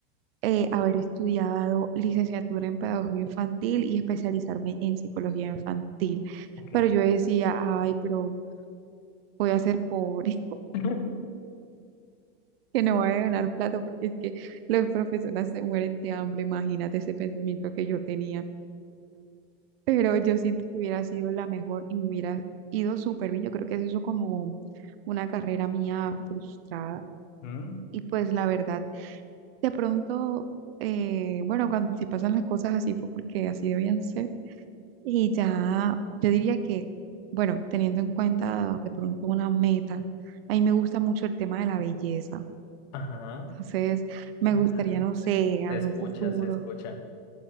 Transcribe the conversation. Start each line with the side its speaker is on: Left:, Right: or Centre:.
Right: eh, haber estudiado licenciatura en pedagogía infantil y especializarme en psicología infantil,
Left: Ok.
Right: pero yo decía, ay, pero voy a ser pobre,
Left: <laughs>
Right: <laughs> que no voy a ganar plata porque es que los profesores se mueren de hambre, imagínate ese pensamiento que yo tenía. pero yo siento que hubiera sido la mejor y me hubiera ido súper bien. Yo creo que es eso como una carrera mía frustrada.
Left: Mm.
Right: Y pues la verdad, de pronto, eh, bueno, cuando si pasan las cosas así fue porque así debían ser. Y ya, yo diría que, bueno, teniendo en cuenta de pronto una meta, a mí me gusta mucho el tema de la belleza.
Left: Ajá,
Right: Entonces, me
Left: ajá.
Right: gustaría, no
Left: Se,
Right: sé,
Left: se
Right: en
Left: escucha,
Right: un futuro.
Left: se escucha.